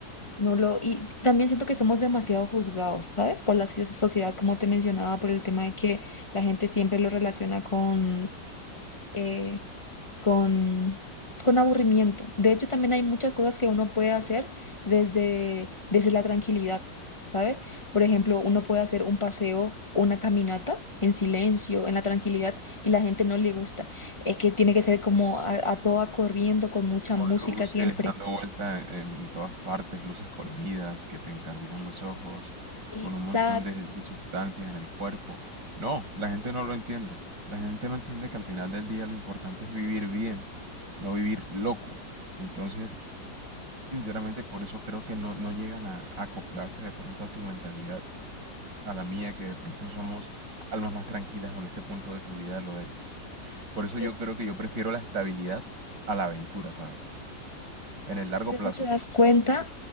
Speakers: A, on the left; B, on the right.
A: No lo, y también siento que somos demasiado juzgados, ¿sabes? Por la so- sociedad, como te mencionaba, por el tema de que la gente siempre lo relaciona con, eh, con, con aburrimiento. De hecho, también hay muchas cosas que uno puede hacer desde, desde la tranquilidad, ¿sabes? Por ejemplo, uno puede hacer un paseo, una caminata en silencio, en la tranquilidad, y la gente no le gusta. Eh, que tiene que ser como a, a toda corriendo, con mucha
B: Con
A: música
B: luces
A: siempre.
B: dando vuelta en todas partes, luces coloridas que te encandilan los ojos,
A: Exacto.
B: con un montón de, de sustancias en el cuerpo. No, la gente no lo entiende. La gente no entiende que al final del día lo importante es vivir bien, no vivir loco. Entonces, sinceramente, por eso creo que no, no llegan a, a acoplarse de pronto a tu mentalidad, a la mía, que de pronto somos almas más tranquilas o en este punto de tu vida lo eres. Por eso
A: Pero
B: yo creo que yo prefiero la estabilidad a la aventura, ¿sabes? En el largo
A: Pero
B: plazo.
A: tú te das cuenta,